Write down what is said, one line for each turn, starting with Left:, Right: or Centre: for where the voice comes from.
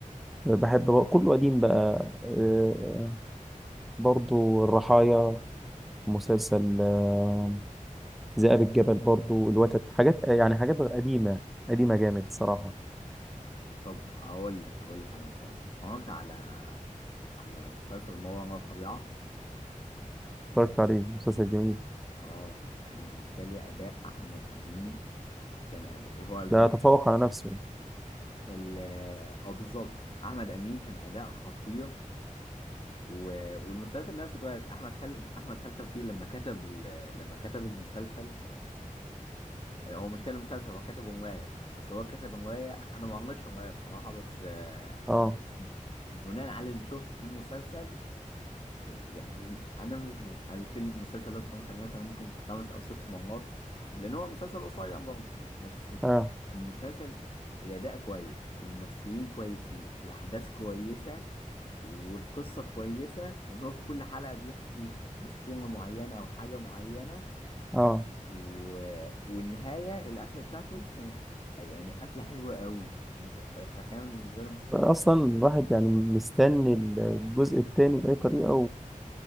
Centre: بحب بقى كله قديم بقى آه، برضو الرحايا مسلسل آه، ذئاب الجبل برضو الوتد حاجات آه، يعني حاجات قديمة قديمة جامد صراحة
Left: طب اقول لك اقول لك على مسلسل اتفرجت على على مسلسل ما وراء الطبيعه
Centre: اتفرجت عليه مسلسل جميل
Left: اه يعني بالنسبه لي اداء احمد امين كان أداء هو الم...
Centre: لا تفوق على نفسه
Left: ال اه بالظبط احمد امين كان اداء خطير و... والمسلسل نفسه كويس احمد خالد احمد خالد توفيق لما كتب ال... لما كتب المسلسل هو مش كتب مسلسل هو كتب روايه بس هو كتب روايه انا ما قريتش روايه بصراحه بس آه،
Centre: اه
Left: بناء على اللي شفته في المسلسل يعني انا مش مت... أنا في المسلسل ده اتفرجت عليه مثلا ممكن خمس او ست مرات لان هو مسلسل قصير برضه بس
Centre: اه
Left: المسلسل الاداء كويس الممثلين كويسين الاحداث كويسه والقصة كويسة وإن هو في كل حلقة بيحكي أسطورة معينة أو حاجة معينة
Centre: اه
Left: و... والنهاية القفلة بتاعته كانت يعني قفلة حلوة قوي وم- فكان بالنسبة لي مسلسل
Centre: اصلا الواحد يعني مستني الجزء الثاني باي طريقه